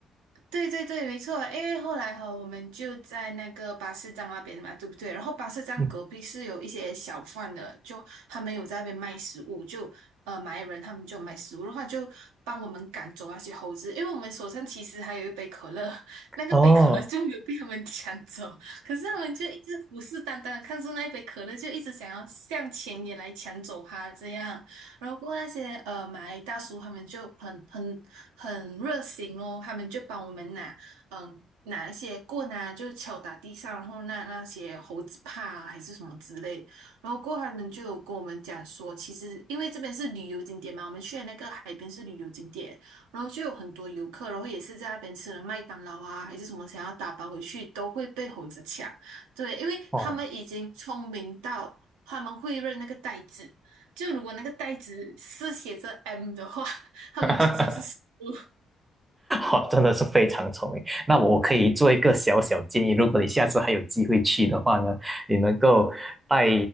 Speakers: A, on the right; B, on the right.
A: 对对对，没错，因为后来哈、我们就在那个巴士站那边嘛，对不对？然后巴士站隔壁是有一些小贩的，
B: <laughs> 嗯
A: 就他们有在那边卖食物，就呃马来人他们就卖食物的话，就帮我们赶走那些猴子，因为我们手上其实还有一杯可乐，<laughs> 那个杯可乐就没有被他们
B: 哦
A: <laughs> 抢走，可是他们就一直虎视眈眈的看着那一杯可乐，就一直想要向前也来抢走它这样。然后过后那些呃马来大叔他们就很很很热心哦，他们就帮我们拿嗯、呃拿一些棍啊，就敲打地上，然后那那些猴子怕啊还是什么之类，然后过后他们就有跟我们讲说，其实因为这边是旅游景点嘛，我们去的那个海边是旅游景点，然后就有很多游客，然后也是在那边吃了麦当劳啊还是什么，想要打包回去都会被猴子抢，对，因为他们已经聪明到他们会认那个袋子。
B: 哦，
A: 就如果那个袋子是写着 M 的话，<laughs> 他们就知道是食物。
B: <laughs> 哦，真的是非常聪明。那我可以做一个小小建议，如果你下次还有机会去的话呢，你能够带